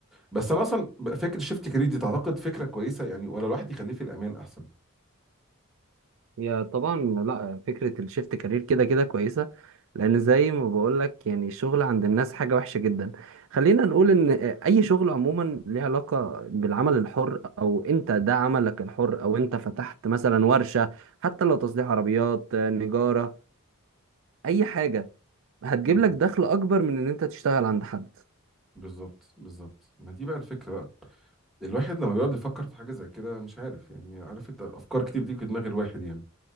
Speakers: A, in the centre; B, on the right.
A: بس انا اصلا فكره شيفت كارير دي تعتقد فكره كويسه يعني ولا الواحد يخليه في الامان احسن
B: هي طبعا لا فكرة الشيفت كارير كده كده كويسة لأن زي ما بقولك يعني الشغل عند الناس حاجة وحشة جدا خلينا نقول إن أي شغل عموما ليه علاقة بالعمل الحر أو أنت ده عملك الحر أو أنت فتحت مثلا ورشة حتى لو تصليح عربيات نجارة أي حاجة هتجيب
A: مم.
B: لك دخل أكبر من إن أنت تشتغل عند حد
A: بالظبط بالظبط ما دي بقى الفكره بقى الواحد لما بيقعد يفكر في حاجه زي كده مش عارف يعني عارف انت افكار كتير بتيجي في دماغ الواحد يعني